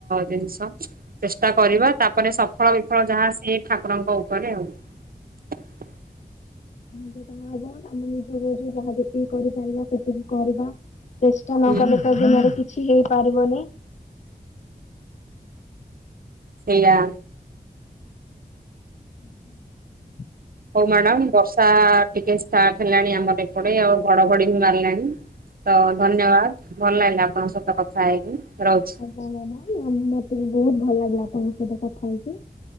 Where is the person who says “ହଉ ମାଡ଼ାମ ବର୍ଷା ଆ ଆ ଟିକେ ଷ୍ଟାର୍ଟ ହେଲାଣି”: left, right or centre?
Right